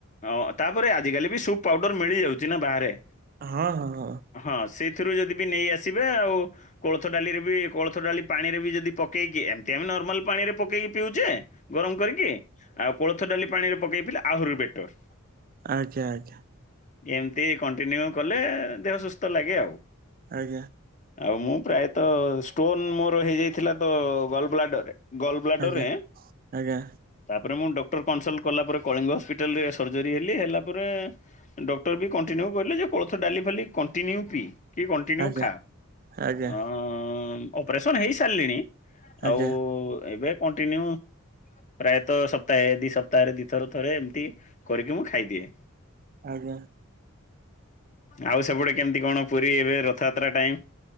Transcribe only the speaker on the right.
ହଁ ହଁ ହଁ।
ଆଜ୍ଞା ଆଜ୍ଞା।
ଆଜ୍ଞା।
ଆଜ୍ଞା
ଆଜ୍ଞା
ଆଜ୍ଞା
ଆଜ୍ଞା
ଆଜ୍ଞା
ଆଜ୍ଞା
ଆଜ୍ଞା।